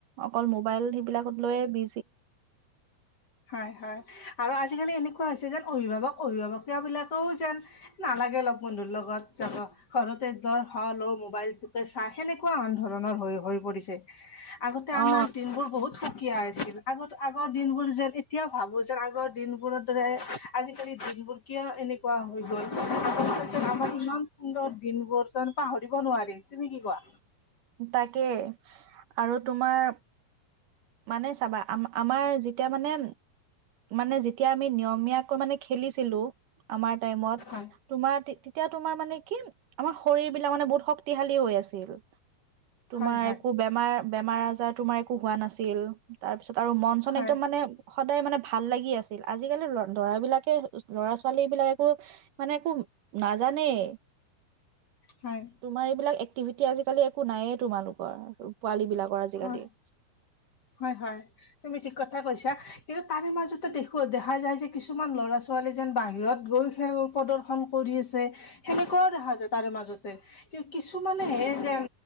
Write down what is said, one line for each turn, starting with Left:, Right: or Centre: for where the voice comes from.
Right: অকল মোবাইল সেইবিলাকত লৈয়ে বি
Left: হয়, হয় আৰু আজ জিকালি এনেকুৱা হৈছে যেন অভিভাৱক অভিভাৱকীয়া বিলাকেও যেন নালাগে লগ বন্ধুৰ লগত যাব। ঘৰতে ধৰ হ ল' মোবাইলটোকে চা সেনেকুৱা আন ধৰণৰ হৈ হৈ পৰিছে। আগতে আমাৰ
Right: অ
Left: দিনবোৰ বহুত সুকীয়া আছিল। আগত, আগৰ দিনবোৰ যেন এতিয়াও ভাবো যেন আগৰ দিনবোৰৰ দৰে আজিকালি দিনবোৰ কিয় এ নেকুৱা হৈ গ'ল আমাৰ ইমান সুন্দৰ দিনবোৰ বৰ্তমা পাহৰিব নোৱাৰিম তুমি কি কোৱা?
Right: তাকে আৰু তোমাৰ মানে চাবা আম, আমাৰ যেতিয়া মানে, মানে যে তিয়া আমি নিয়মীয়াকৈ মানে খেলিছিলো আমাৰ টাইমত
Left: হয়
Right: তোমাৰ তে-তেতিয়া তোমাৰ মানে কি আমাৰ শৰীৰবিলাক মানে বহুত শক্তিশালী হৈ আছিল। তোমাৰ
Left: হয় হয়
Right: একো বেমাৰ বেমাৰ আজাৰ তোমাৰ একো হোৱা নাছ ছিল তাৰ পিছত আৰু মন চন
Left: হয়
Right: একদম মানে সদায় মানে ভাল লাগি আছিল। আজিকালি ল-ল'ৰা বিলাকে ল'ৰা ছোৱালী এইবিলাক একো মানে একো নাজানেই। <inaudible>
Left: হয়
Right: তোমাৰ এইবিলাক এক্টিভিটি আজিকালি একো নাইয়েই তোমালোকৰ পোৱালীবিলাকৰ আজিকালি।
Left: হয় হয়, হয় তুমি ঠিক কথাই কৈছা। কিন্তু তাৰে মাজতে দেখোঁ, দেখা যায় যে কিছুমান ল'ৰা-ছোৱালী যেন বাহিৰত গৈয়ো খেল প্ৰদৰ্শন কৰি আছে সেনেকুৱাও দেখা যা তাৰে মাজতে কিনো কিছুমানেহে যেন